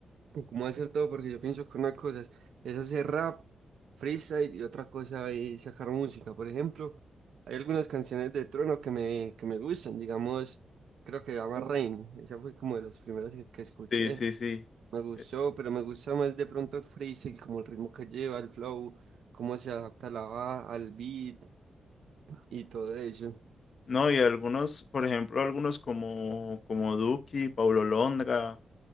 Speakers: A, on the right; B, on the left.
A: y cómo hacer todo, porque yo pienso que una cosa es es hacer rap, freestyle, y otra cosa es sacar música. Por ejemplo, hay algunas canciones de Trono que me, que me gustan, digamos, creo que se llama Rain, esa fue como de las primeras que, que escuché,
B: Sí, sí, sí.
A: me gustó,
B: Eh,
A: pero me gusta más de pronto el freestyle, como el ritmo que lleva, el flow cómo se adapta la va al beat, y todo eso.
B: No, y algunos, por ejemplo, algunos como, como Duki, Paulo Londra.